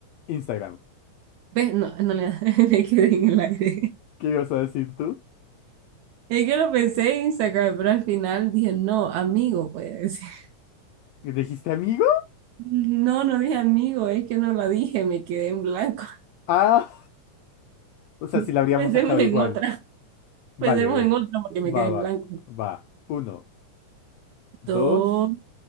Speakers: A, on the left (about 85°); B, on the right (about 75°).
A: Instagram.
B: ves No, en realidad <laughs> me quedé en el aire.
A: ¿Qué ibas a decir tú?
B: Es que lo pensé en Instagram, pero al final dije, no, amigo, voy a decir. <laughs>
A: ¿Dijiste amigo?
B: No, no dije amigo, es que no la dije, me quedé en blanco.
A: Ah, o sea,
B: <laughs>
A: si la habríamos
B: Pensemos
A: sacado
B: en
A: igual.
B: otra,
A: Vale,
B: pensemos
A: ve.
B: en otra porque me
A: Va,
B: quedé en
A: va,
B: blanco.
A: va. Uno, dos,
B: Dos,